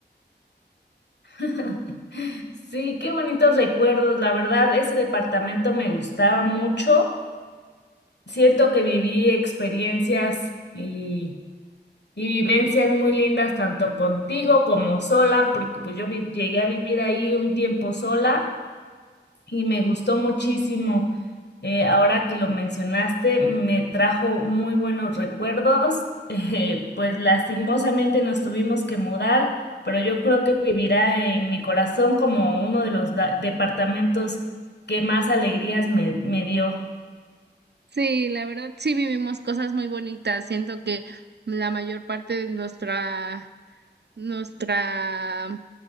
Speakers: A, on the left; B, on the right.
A: <laughs> Sí, qué bonitos recuerdos, la verdad, ese departamento me gustaba mucho. Siento que viví experiencias y Mi vivencia es muy linda tanto contigo como sola, porque pues yo vi- llegué a vivir ahí un tiempo sola y me gustó muchísimo. Eh, ahora que lo mencionaste, me trajo muy buenos recuerdos. <laughs> Eh, pues lastimosamente nos tuvimos que mudar, pero yo creo que vivirá en mi corazón como uno de los da- departamentos que más alegrías me, me dio.
B: Sí, la verdad sí vivimos cosas muy bonitas. Siento que la mayor parte de nuestra, nuestra,